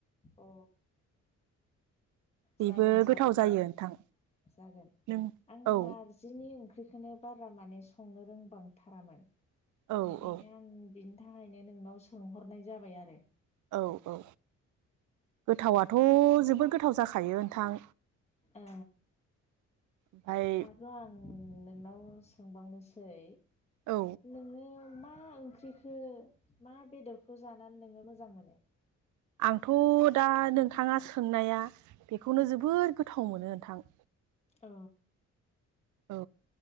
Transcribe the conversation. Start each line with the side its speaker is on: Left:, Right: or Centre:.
Left: अ
Right: बेबो
Left: जागोन जागोन
Right: गोथाव जायो
Left: जागोन
Right: नोंथां
Left: जागोन
Right: नों
Left: आं
Right: औ
Left: नारजिनि ओं ख्रिखोनो बारा माने संनो रोंबांथारामोन
Right: औ
Left: ओंखायनो
Right: औ
Left: आं बिन थाहैनो नोंनाव सोंहरनाय जाबाय आरो
Right: औ औ गोथावथ' जोबोद गोथाव जाखायो नोंथां।
Left: ओ
Right: ओमफाय
Left: आरो आं ओ नोंनाव सोंबावनोसै
Right: औ
Left: नोङो मा ओंख्रिखो मा बेदरखौ जानानै नोङो मोजां मोनो?
Right: आंथ' दा नोंथाङा सोंनाया बेखौनो जबोर गोथाव मोनो नोंथां।
Left: अ
Right: औ